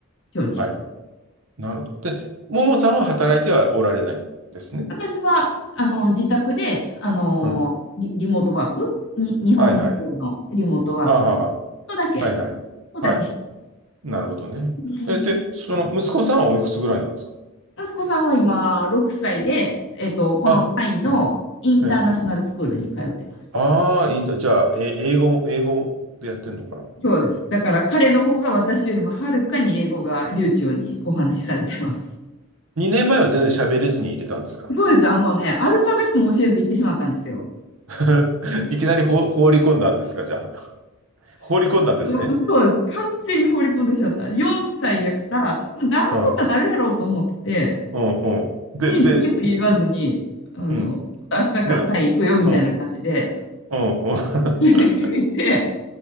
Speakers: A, on the left (about 60°); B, on the right (about 85°).
A: 調理して
B: はい。なるほど。で、ももさんは働いてはおられないですね。
A: 私は、あの、自宅で、あの、
B: うん
A: リ、リモートワークに、日本企業のリモートワークをちょっ
B: はいはい。あ
A: とだけ、
B: あ、はいはい。
A: ちょっとだけしてます。
B: はい。なるほどね。
A: <laughs>
B: え、で、その息子さんはおいくつぐらいなんですか
A: 息子さんは今、6歳で、えっと、このタイのインターナショナルスクールに通ってます。
B: あ、はい。ええああー、いいんだ。じゃあ、え、英語、英語でやってんのかな
A: そうです。だから彼の方が私よりもはるかに英語が流暢にお話しされてます。
B: ?2 年前は全然喋れずに入れたんですか
A: そうです。あのね、アルファベットも教えず行ってしまったんですよ。
B: <laughs> いきなり放放り込んだんですかじゃあ。<laughs> 放り込んだんですね。
A: うんそうです。完全に放り込んでしまった。4歳やから、まあなんとかなるやろうと思って、
B: うん、うん、うん。で、
A: に何も言わずに、
B: で、す
A: あの、
B: うん。
A: 明日からタイ行くよみたいな感じで、
B: で、うん、うん、う
A: 出てってみて、
B: ん。